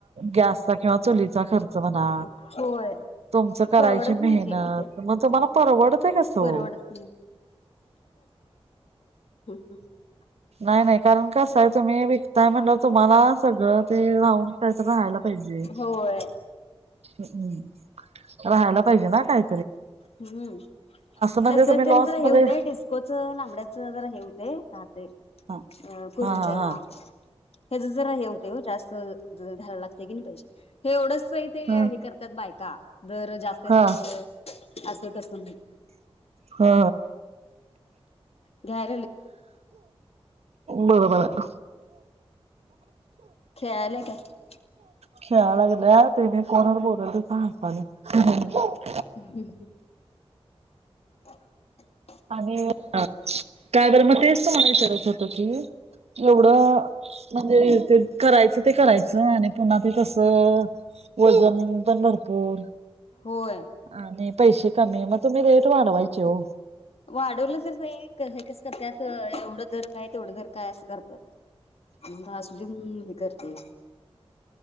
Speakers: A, on the right; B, on the left.
A: गॅसचा किंवा चुलीचा खर्च म्हणा,
B: होय
A: तुमचं करायची
B: परवडत
A: मेहनत
B: नाही ते
A: मग तुम्हाला परवडतय कसं
B: परवडत
A: ओ.
B: नाही हा
A: नाही नाही कारण कसं आहे तुम्ही वि कताय म्हणल्याव चौ तुम्हाला सगळं ते राहून कायतर राहायला पाहिजे.
B: होय
A: ्म् राहायला पाहिजे ना काय
B: हम्म
A: म्हणजे
B: तस त्याला
A: तुम्ही लॉस
B: जरा हे
A: मध्ये
B: होतंय डिस्कोचं लांबड्याचं जरा हे हु तय रातय.
A: हा
B: अ कुरुंड्या
A: हा हा
B: हेच जरा हे होतंय ओ जास्त. ते जर घ्यायला लागतंय की नाही पैसे हे एवढंच पाणी ते हे
A: हा
B: करतात बायका, दर जास्त आहे
A: हा
B: तुमचं असं तसं म्ह
A: हा
B: घ्या
A: बरं बरं
B: खेळायला काय
A: खेळा लागल्यात. ते मी फोनवर बोल त असताना हसालंय. हा
B: हम्म हम्म <inaudible>
A: आणि अनं काय बरं मग तेच. मला विचारायचं होत की एवढं म्हणजे ते करायचं ते करायचं आणि पुन्हा ते तस वजन पन भरपूर
B: होय
A: आणि पैसे कमी मग तुम्ही रेट वाढवायची हो.
B: वाढवलं तर ते कस करत्यात अ एवढ तर काय तेवढं तर काय अस करत्यात असूदे म्हणून करतेय